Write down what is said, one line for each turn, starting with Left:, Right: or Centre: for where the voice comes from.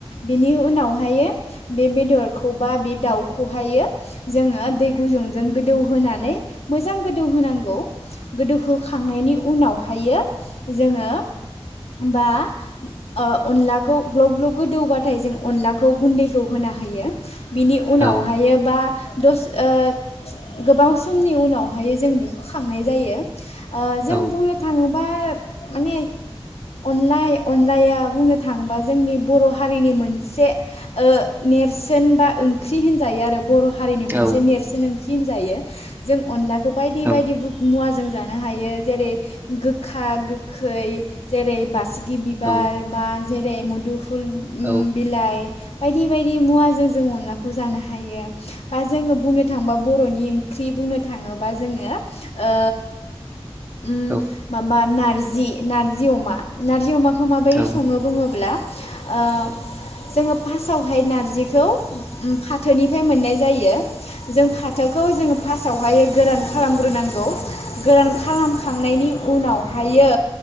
Left: बिनि उनावहाय बे बे बेदरखौ बा बे दाउखौहायो जोङो दै गुदुंजों गोदौ होनोनानै मोजां गोदौ होनांगौ गोदोहोखांनायनि उनाव फायो जोङो होनबा ओ अनलाखौ ग्ल ग्लब गोदौबा नाथाय जों अनलाखौ गुन्दैखौ होना होयो बिनि उनावहायो
Right: औ
Left: बा दस ओ गोबां समनि उनावहाय जों बेखौ खांनाय जायो ओ जों
Right: औ
Left: बुंनो थाङो बा माने अनलाइ अनलाया बुंनो थाङोबा जोंनि बर' हारिनि मोनसे ओ नेरसोन बा ओंख्रि होनजायो आरो बर' हारिनि
Right: मोना
Left: मोनसे नेरसोन ओंख्रि होनजायो जों अनला बायदि
Right: मोना
Left: बायदि मुवा जों जानो हायो जेरै गोखा गोखै जेरै बासि गि बिबार
Right: औ
Left: बा जेरै मुदुफुल ओम
Right: औ
Left: बिलाइ बायदि बायदि मुवाजों जों अनला खौ जानो हायो बा जोङो बुंनो थाङोबा बर'नि ओंख्रि बुंनो थाङोबा जोङो ओ उम
Right: औ
Left: माबा नारजि नार जि अमा नारजि अमाखौ माबायदि
Right: औ औ
Left: सङो बुङोब्ला ओ जोङो फास्टावहाय नारजिखौ फाथोनिफ्राय मोननाय जायो जों फाथोखौ जोङो फास्ट आवहाय गोरान खालामग्रोनां खौ गोरान खालामखांनायनि उनावहायो